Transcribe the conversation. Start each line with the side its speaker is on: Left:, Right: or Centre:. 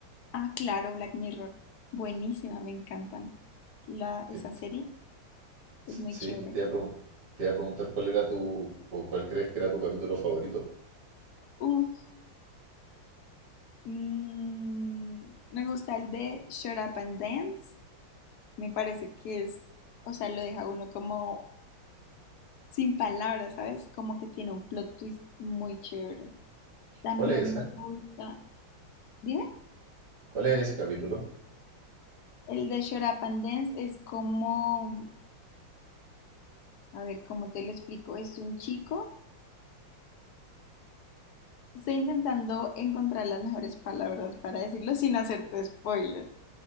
Left: Ah, claro, Black Mirror. Buenísima, me encantan. La, esa
Right: Eh,
Left: serie
Right: s-
Left: es muy
Right: sí,
Left: chévere.
Right: te iba a pregun- te iba a preguntar cuál era tu, o cuál crees que era tu capítulo favorito.
Left: Uf, Mm, me gusta el de Shut Up and Dance. Me parece que es, o sea, lo deja uno como sin palabras, ¿sabes? Como que tiene un plot twist muy chévere. También
Right: ¿Cuál es ese?
Left: me gusta, dime,
Right: ¿Cuál es ese capítulo?
Left: el de Shut Up and Dance es como, a ver, ¿cómo te lo explico? Es un chico. Estoy intentando encontrar las mejores palabras para decirlo sin hacerte spoiler.